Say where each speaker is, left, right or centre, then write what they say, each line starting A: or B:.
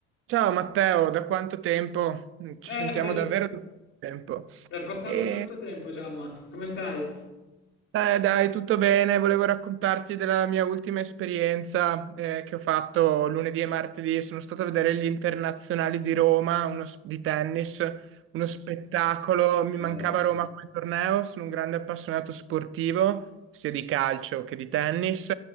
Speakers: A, on the right; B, on the left.
A: Ciao Matteo, da quanto tempo? Ci
B: Eh
A: sentiamo
B: sì,
A: davvero da quanto tempo.
B: è passato
A: E-
B: tanto tempo, Giamma. Come stai?
A: eh, dai, tutto bene. Volevo raccontarti della mia ultima esperienza eh, che ho fatto lunedì e martedì. Sono stato a vedere gli internazionali di Roma, uno s- di tennis, uno spettacolo. Mi mancava
B: Eh,
A: Roma come torneo. Sono un grande appassionato sportivo, sia di calcio che di tennis,